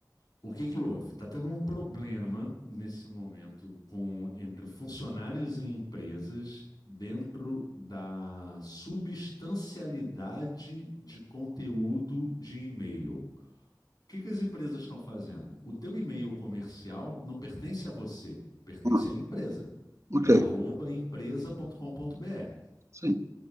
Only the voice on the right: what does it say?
Ah,
ok,
sim.